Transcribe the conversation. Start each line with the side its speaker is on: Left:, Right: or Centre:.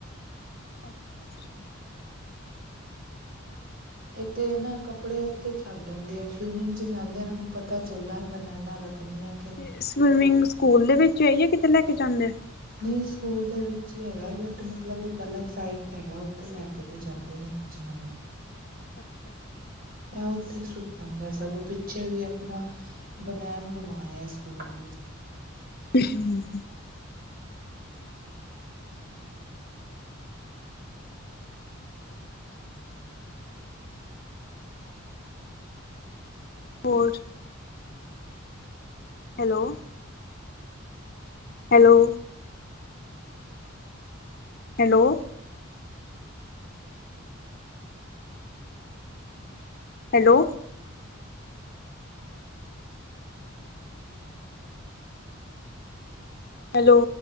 Left: ਅੱਛਾ ਅੱਛਾ
Right: ਇੱਕ ਤੇ ਇਹ ਨਾ ਕੱਪੜੇ ਉੱਥੇ ਛੱਡ ਆਂਦੇ ਆ ਸਵੀਮਿੰਗ ਚ ਜਾਂਦੇ ਆ ਓਹਨੂੰ ਪਤਾ ਚਲਦਾ ਹੀ ਬਨੈਨਾ ਰਖਣੀਆ
Left: ਤੇ ਸਵੀਮਿੰਗ ਸਕੂਲ ਦੇ ਵਿੱਚ ਐ ਯਾ ਕਿਤੇ ਲੈ ਕੇ ਜਾਂਦੇ
Right: ਨਹੀਂ ਸਕੂਲ ਦੇ ਵਿੱਚ ਹੀ ਹੈਗਾ ਬਟ ਮਤਲਬ ਇੱਕ ਅਲੱਗ ਸਾਈਡ ਤੇ ਹੈਗਾ ਓਥੇ ਲੈ ਕੇ ਤੇ ਜਾਂਦੇ ਨੇ ਬੱਚਿਆ ਨੂੰ
Left: ਅੱਛਾ ਅੱਛਾ,
Right: ਇਹ ਉੱਥੇ ਹੀ ਸੁ ਜਾਂਦਾ ਸਗੋਂ ਪਿੱਛੇ ਵੀ ਆਪਣਾ ਬਨੈਣ ਗੁਮਾ ਆਇਆ ਸਕੂਲ ਦੇ ਵਿੱਚ
Left: ਹਮ ਹੋਰ hello hello hello hello hello